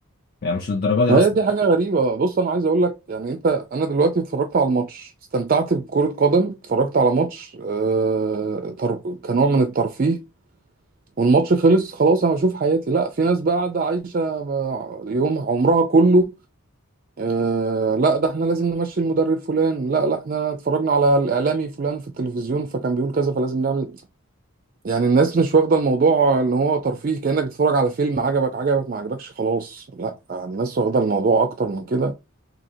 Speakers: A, on the left; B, on the right.
A: يعني مش للدرجة دي
B: هي
A: اصلا
B: دي حاجة غريبة بص أنا عايز أقول لك يعني أنت أنا دلوقتي اتفرجت على الماتش استمتعت بكرة قدم اتفرجت على ماتش آه... تر... كنوع من الترفيه والماتش خلص خلاص أنا بشوف حياتي لا في ناس بقى قاعدة عايشة يوم عمرها كله آه لا ده احنا لازم نمشي المدرب فلان لا لا احنا اتفرجنا على الاعلامي فلان في التلفزيون فكان بيقول كذا فلازم نعمل يعني الناس مش واخده الموضوع ان هو ترفيه كانك بتتفرج على فيلم عجبك عجبك ما عجبكش خلاص لا الناس واخده الموضوع اكتر من كده